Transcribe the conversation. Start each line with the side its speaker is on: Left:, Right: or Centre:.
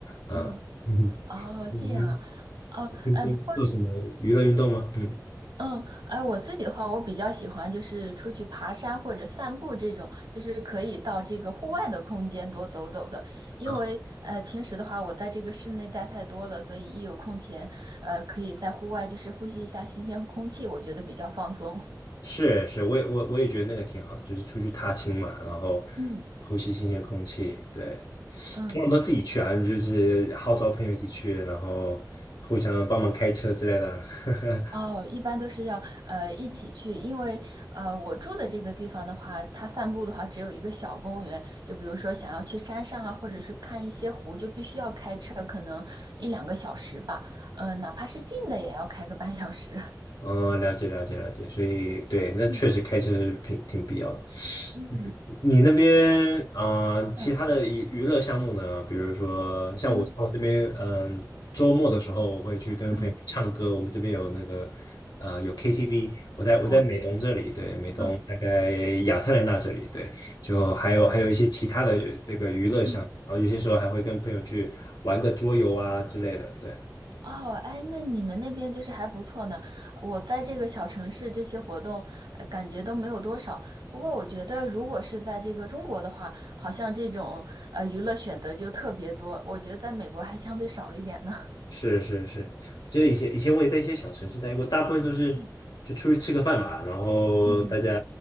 Left: 嗯嗯。
Right: 嗯，哦，
Left: <laughs> 嗯。
Right: 这样，哦，
Left: 平时做什么娱乐运动吗？
Right: 哎，不过就
Left: 嗯
Right: 嗯，哎，我自己的话，我比较喜欢就是出去爬山或者散步这种，就是可以到这个户外的空间多走走的。因为呃，
Left: 啊，
Right: 平时的话，我在这个室内待太多了，所以一有空闲，呃，可以在户外就是呼吸一下新鲜空气，我觉得比较放松。
Left: 是是，我也我我也觉得那个挺好，就是出去踏青嘛，然后
Right: 嗯
Left: 呼吸新鲜空气。对，
Right: 嗯。
Left: 通常都自己去啊，就是号召朋友一起去，然后互相帮忙开车之类的啊。<laughs>
Right: 哦，一般都是要呃一起去，因为呃我住的这个地方的话，它散步的话只有一个小公园，就比如说想要去山上啊，或者是看一些湖，就必须要开车，可能一两个小时吧，嗯、呃，哪怕是近的也要开个半小时。
Left: 嗯，了解了解了解，所以对，
Right: <laughs>
Left: 那确实开车是挺挺必要的。
Right: 嗯嗯
Left: 嗯你那边啊、呃其他的娱娱乐项目呢？
Right: 嗯
Left: 比如说像我，
Right: 嗯
Left: 像我这边，嗯、周末的时候我会去跟朋友去唱歌。
Right: 嗯嗯。
Left: 我们这边有那个呃有 KTV，我在我在美东这里，
Right: 哦
Left: 对，美东大概亚特兰大这里，
Right: 嗯
Left: 对，就还有还有一些其他的这个娱乐项目，
Right: 嗯
Left: 然后有些时候还会跟朋友去玩个桌游啊之类的，对。
Right: 哦，哎，那你们那边就是还不错呢。我在这个小城市，这些活动，呃感觉都没有多少。不过我觉得，如果是在这个中国的话，好像这种呃娱乐选择就特别多。我觉得在美国还相对少一点呢。
Left: 是是是，就记得以前以前我也在一些小城市待过，大部分都是就出去吃个饭嘛，
Right: 嗯
Left: 然后大家
Right: 嗯，